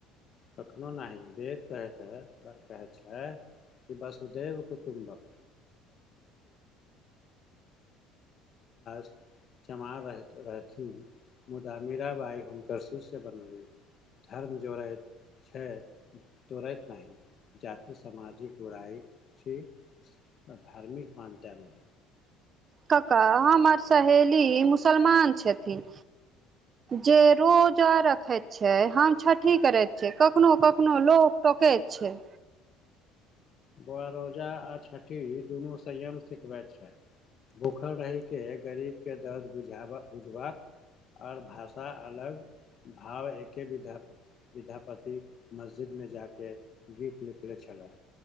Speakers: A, on the left (about 45°); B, on the right (about 40°).
A: कखनो नइ देव कहैत है बर कहै छैय कि वसुधैव कुटुम्बक, <unintelligible> चमार रहेत रहथिन मुदा मीरा बाइ हुनकर शिष्य बन, धर्म जइ, छै तोरैत नहि जाति सामाजिक बुराइ छी, धार्मिक मानटा नै।
B: कक्का हमर सहेली मुसलमान छथिन। जे रोजा रखै छैय हम छठि करैत छियै कखनो कखनो लोक टोकैत छै।
A: ब रोजा आ छठी दुनू संयम से करक छैय। भूखल रहिके गरीबके दर्द बुझाबै बुझबक, आओर भाषा अलग, भाव एके विध, विद्यापति मस्जिदमे जाके गीत लिखै छलैह।